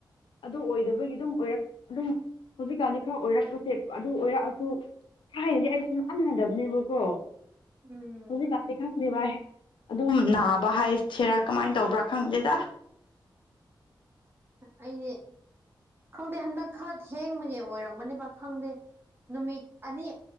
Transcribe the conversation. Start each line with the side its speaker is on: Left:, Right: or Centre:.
Left: ꯑꯗꯨ ꯑꯣꯏꯗꯕꯒꯤ ꯑꯗꯨꯝ ꯑꯣꯏꯔꯛ ꯑꯗꯨꯝ ꯍꯧꯖꯤꯛꯀꯥꯟꯗꯤ ꯈꯔ ꯑꯣꯏꯔꯛꯄꯁꯦ ꯑꯗꯨ ꯑꯣꯏꯔꯛꯑꯁꯨ ꯊꯥꯏꯅꯗꯤ ꯑꯩ ꯁꯨꯝ ꯗꯕꯅꯦꯕꯀꯣ
Right: ꯎꯝ
Left: ꯍꯧꯖꯤꯛꯀꯦ ꯈꯪꯦ ꯚꯥꯏ ꯑꯗꯨꯝ ꯅꯥꯕ ꯍꯥꯏ ꯁꯤꯦꯔꯥ ꯀꯃꯥꯏꯅ ꯇꯧꯕ꯭ꯔꯥ ꯈꯪꯗꯦꯗ
Right: ꯑꯩꯅꯦ ꯈꯪꯗꯦ ꯍꯟꯗꯛ ꯈꯔ ꯊꯦꯡꯃꯒꯦ ꯑꯣꯏꯔꯝꯒꯅꯦꯕ ꯈꯪꯗꯦ ꯅꯨꯃꯤꯠ ꯑꯅꯤ